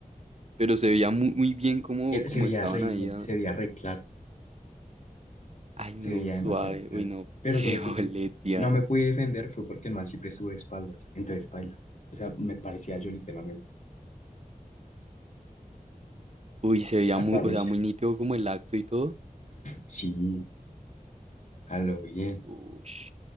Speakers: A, on the right (about 50°); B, on the left (about 55°).
A: Pero se veía muy, muy bien como
B: Él
A: como
B: se veía
A: estaban
B: re
A: ahí.
B: bien,
A: ah.
B: se veía re claro,
A: Ay, no,
B: se veía
A: suave.
B: demasiado claro.
A: Uy, no, <laughs>
B: Pero
A: qué
B: solo
A: boletia.
B: que es que no me pude defender fue porque el man siempre estuvo de espaldas, entonces baila. O sea, me parecía yo literalmente.
A: Uy, se veía
B: Hasta
A: muy,
B: los,
A: o sea, muy nítido como el acto y todo.
B: sí, a lo bien.
A: Uy,